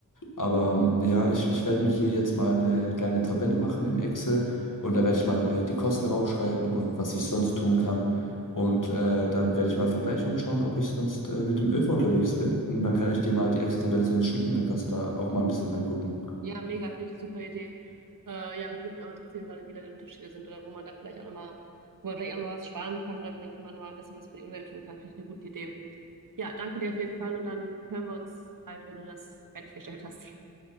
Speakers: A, on the left (about 65°); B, on the right (about 70°).
A: Aber ähm, ja, ich, ich werde mich hier jetzt mal eine kleine Tabelle machen in Excel und da werde ich mal äh, die Kosten draufschreiben und was ich sonst tun kann. Und äh, dann werde ich mal vergleichen und schauen, ob ich sonst äh, mit dem ÖV unterwegs bin. Und dann kann ich dir mal die Excel-Tabelle sonst schicken, dann kannst du da auch mal ein bisschen reingucken.
B: Ja, mega, finde ich eine super Idee. Äh, ja, würde mich auch interessieren, weil- wie da die Unterschiede sind oder wo man da vielleicht auch nochmal, wo man vielleicht auch nochmal was sparen kann oder vielleicht man nochmal ein bisschen was für die Umwelt tun kann, finde ich eine gute Idee. Ja, danke dir auf jeden Fall und dann hören wir uns bald, wenn du das fertiggestellt hast.